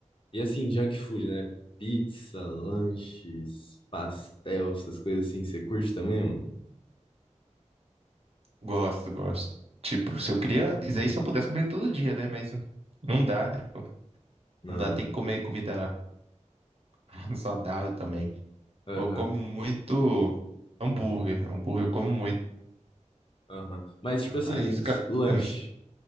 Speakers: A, on the left (about 45°); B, on the right (about 50°).
A: E assim, junk food, né? Pizza, lanches, pastel, essas coisas assim. Você curte também, mano?
B: Gosto, gosto. Tipo, se eu queria. Isso aí se eu pudesse comer todo dia, né? Mas não dá, né, pô?
A: Não.
B: Não dá, tem que comer comida <laughs> saudável também.
A: Aham,
B: Pô, eu como muito hambúrguer. Hambúrguer eu como muito.
A: aham. Mas,
B: Ainda
A: tipo assim,
B: mais. ca-
A: se- lanche.
B: é,